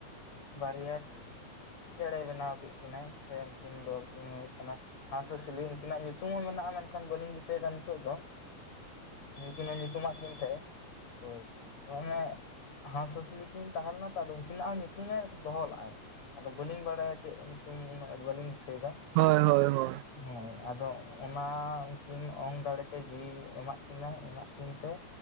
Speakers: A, on the left; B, on the right.
A: ᱵᱟᱨᱭᱟ ᱪᱮᱬᱮᱭ ᱵᱮᱱᱟᱣ ᱠᱮᱫ ᱠᱤᱱᱟᱹᱭ ᱥᱮ ᱩᱱᱠᱤᱱ ᱫᱚᱠᱤᱱ ᱦᱩᱭᱩᱜ ᱠᱟᱱᱟ ᱦᱟᱸᱥ ᱦᱟᱥᱤᱞᱤ ᱩᱱᱠᱤᱱᱟᱜ ᱧᱩᱛᱩᱢ ᱦᱚᱸ ᱢᱮᱱᱟᱜᱼᱟ ᱢᱮᱱᱠᱷᱟᱱ ᱵᱟᱹᱞᱤᱧ ᱫᱤᱥᱟᱹᱭᱮᱫᱟ ᱱᱤᱛᱚᱜ ᱫᱚ᱾ ᱩᱱᱠᱤᱱ ᱦᱚᱸ ᱧᱩᱛᱩᱢᱟᱜ ᱠᱤᱱ ᱛᱟᱦᱮᱸᱜ-ᱮ ᱦᱳᱭ᱾ ᱢᱟᱱᱮ ᱦᱟᱸᱥᱼᱦᱟᱸᱥᱞᱤ ᱠᱤᱱ ᱛᱟᱦᱮᱸ ᱞᱮᱱᱟ ᱛᱚ ᱟᱫᱚ ᱩᱱᱠᱤᱱᱟᱜ ᱦᱚᱸ ᱧᱩ ᱛᱩᱢᱮ ᱫᱚᱦᱚ ᱞᱟᱜᱼᱟᱭ᱾ ᱟᱫᱚ ᱵᱟᱹᱞᱤᱧ ᱵᱟᱲᱟᱭᱟ ᱪᱮᱫ ᱧᱩᱛᱩᱢ ᱩᱱᱟᱹᱜ ᱵᱟᱹᱞᱤᱧ ᱫᱤᱥᱟᱹᱭᱫᱟ᱾
B: ᱦᱳᱭ ᱦᱳᱭ ᱦᱳ
A: ᱦᱳᱸᱭ ᱟᱫᱚ ᱚᱱᱟ ᱩᱱᱠᱤᱱ ᱚᱝ ᱫᱟᱲᱮᱛᱮ ᱡᱤᱣᱤ ᱮᱢᱟᱜ ᱠᱤᱱᱟᱹᱭ ᱮᱢᱟᱜ ᱠᱤᱱᱛᱮ